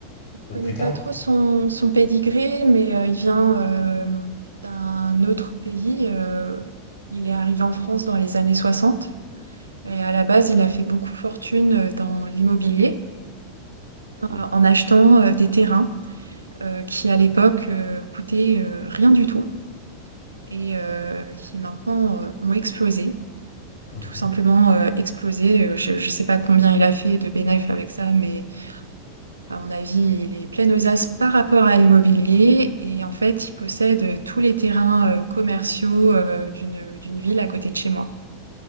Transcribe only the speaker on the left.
Ou
plus
tard.
Mhm.